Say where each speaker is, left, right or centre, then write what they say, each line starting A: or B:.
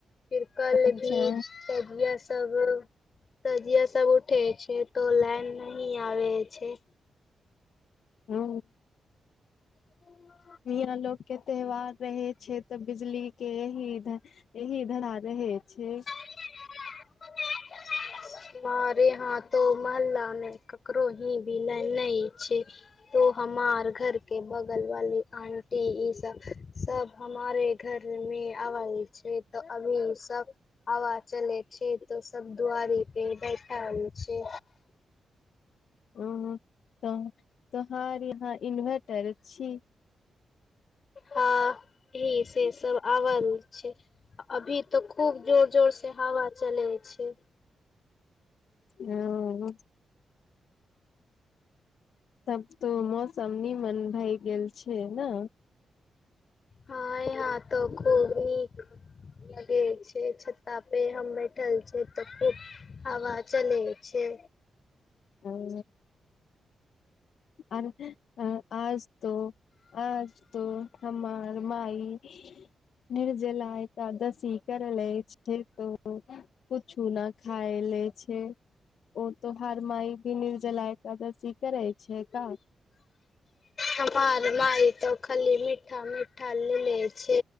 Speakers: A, on the left (about 45°); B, on the left (about 70°).
A: फिर कल
B: अच्छा
A: भी तो बयस तब तजिया सब उठे छै तो लाइन नहि आबे छै
B: हू
A: ह <inaudible>
B: मिंया लोग के त्यौहार रहे छै तऽ बिजली के यहि इधर यहि धरा रहे ए छै
A: <inaudible> तुम्हारे यहा तो महल्ला मे ककरो ही भी लाइन नई छै हमार घरके बगल वाली आंटी ई सब सब हमारे घर मे आबैय छै तऽ अभी सब हवा चलै छै तऽ सब दुआरी बे बैठल छै
B: ह तऽ तोहर यहाँ इन्वर्टर छी
A: हँ ईहे से सब आवल छै अभी तऽ खूब जोर जोर से हावा चलै छै
B: <inaudible> तब तऽ मौसम नीमन भए गेल छै ना
A: हँ यहाँ तऽ खूब नीक लगै छै छता पे हम बैठल छै तऽ खुब हावा चलै छै
B: हअ आ आज तो आज तो हमार माई निर्जला एकादशी करले छै तो कूछु न खाय छै ओ तोहार माई भी निर्जलाय एकादशी करै छै छै त
A: हमार माय तऽ खाली मीठा मीठा ले लै छै